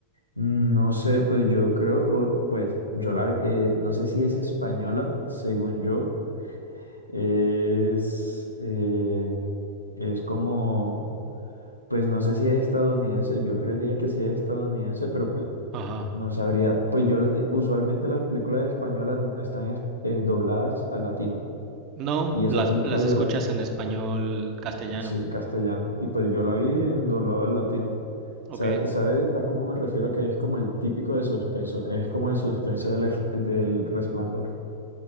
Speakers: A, on the left (about 80°); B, on the right (about 35°).
A: no sé, pues yo creo, o, pues yo la, eh, no sé si es española, según yo, es, eh, es como, pues no sé si es estadounidense, yo creería que sí es estadounidense, pero pues
B: Ajá.
A: no sabría. Pues yo, la- eh, usualmente las películas españolas no están es- eh, dobladas al latino,
B: No,
A: y esa
B: las,
A: película
B: las
A: yo
B: escuchas
A: la,
B: en español castellano.
A: Sí, castellano. Y pues yo la vi en doblado al latino.
B: Ok.
A: ¿Sabes a cómo me refiero? Que es como el típico de suspenso. Es como el suspenso del, ef- del Resplandor.